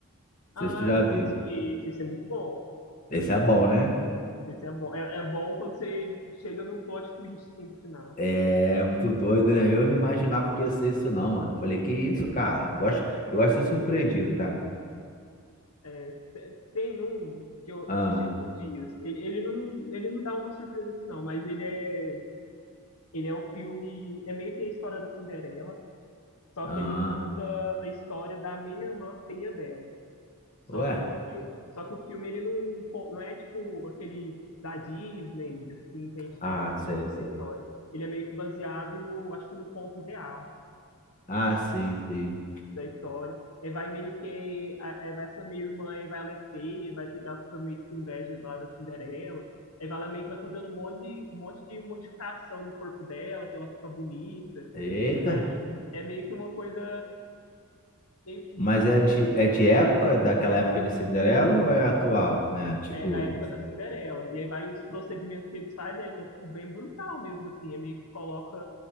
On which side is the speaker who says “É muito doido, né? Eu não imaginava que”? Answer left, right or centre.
Left